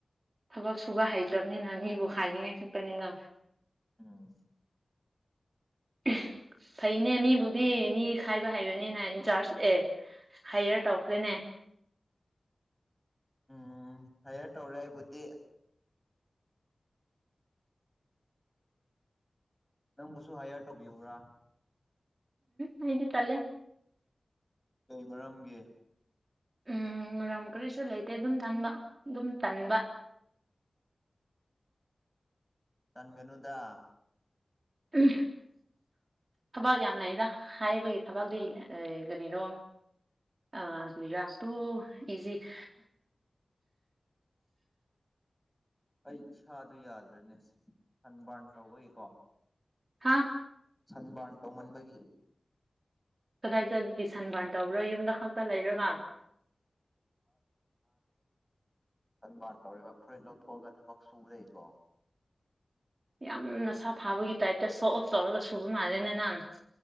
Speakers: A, on the right; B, in the centre.
A: ꯊꯕꯛ ꯁꯨꯕ ꯍꯩꯇ꯭ꯔꯕꯅꯤꯅ ꯃꯤꯕꯨ ꯍꯥꯏꯅꯤꯡꯉꯥꯏ ꯈꯄꯅꯤꯅ
B: ꯑꯥ
A: <inaudible> ꯐꯩꯅꯦ ꯃꯤꯕꯨꯗꯤ ꯃꯤ ꯈꯥꯏꯕ ꯍꯥꯏꯩꯕꯅꯤꯅ ꯏꯟꯆꯥꯔꯖ ꯂꯑꯦ ꯍꯥꯏꯌꯔ ꯇꯧꯈ꯭ꯔꯦꯅꯦ
B: ꯎꯝ ꯍꯥꯏꯌꯥ ꯇꯧꯔꯦꯕꯨꯗꯤ ꯅꯪꯕꯨꯁꯨ ꯍꯥꯏꯌꯔ ꯇꯧꯕꯤꯌꯨꯔꯥ
A: ꯎꯝ ꯏꯤ ꯇꯂꯦ
B: ꯀꯩ ꯃꯔꯝꯒꯦ
A: ꯎꯝ ꯃꯔꯝ ꯀꯔꯤꯁꯨ ꯂꯩꯇꯦ ꯑꯗꯨꯝ ꯇꯟꯕ ꯑꯗꯨꯝ ꯇꯟꯕ <inaudible>
B: ꯀꯟꯒꯅꯨꯗ
A: ꯑ ꯊꯕꯛ ꯌꯥꯝ ꯂꯩꯗ ꯍꯥꯏꯕꯒꯤ ꯊꯕꯥꯛꯇ ꯀꯔꯤꯅꯣ ꯑ ꯔꯥꯁꯣ ꯏꯖꯤ <inaudible>
B: ꯑꯩ ꯏꯁꯥꯗꯣ ꯌꯥꯗ꯭ꯔꯦꯅꯦ ꯁꯟ ꯕꯥꯔꯟ ꯇꯧꯕꯒꯤꯀꯣ
A: ꯍꯥꯥ
B: ꯁꯟꯕꯥꯔꯟ ꯇꯧꯃꯟꯕꯒꯤ
A: ꯀꯗꯥꯏ ꯆ ꯀꯁꯟꯥꯟ ꯇꯧꯕ꯭ꯔꯣ ꯌꯨꯝꯗ ꯈꯛꯇ ꯂꯩꯔꯒ
B: ꯁꯟꯕꯥꯟ ꯇꯧꯔꯦꯕ ꯐꯨꯔꯤꯠ ꯂꯧꯊꯣꯛꯑꯒ ꯊꯕꯛ ꯁꯨꯕꯩꯀꯣ
A: ꯌꯥꯝ ꯅꯁꯥ ꯐꯥꯕꯒꯤ ꯇꯥꯏꯞꯇ ꯁꯣ ꯑꯣꯐ ꯇꯧꯔꯒ ꯁꯨꯕ ꯃꯥꯜꯂꯦꯅ ꯅꯪ